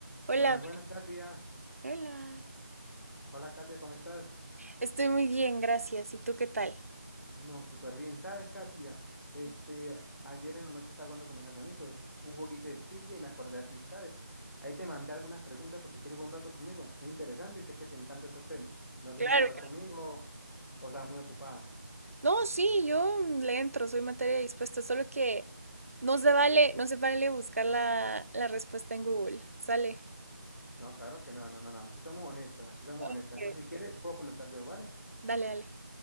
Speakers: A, on the right; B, on the left.
A: Hola,
B: Buenas, buenas, Katia.
A: hola.
B: Hola, Katia, ¿cómo estás?
A: Estoy muy bien, gracias. ¿Y tú qué tal?
B: No, súper bien. ¿Sabes, Katia? Este,
A: Sí,
B: ayer en la noche estaba jugando con mis hermanitos un jueguito de trivia y me acordé a ti, ¿sabes? Ahí te mandé algunas preguntas por si quieres jugar un rato conmigo. Es interesante y sé que te encantan estos temas. No sé
A: Claro.
B: si quieres jugar conmigo o estás muy ocupada.
A: No, sí, yo le entro, soy materia dispuesta, solo que no se vale, no se vale buscar la, la respuesta en Google. Sale.
B: No, claro que no, no, no, no. Aquí somos honestos, aquí somos honestos.
A: Ok.
B: Entonces, si quieres, puedo comenzar yo, ¿vale?
A: Dale, dale.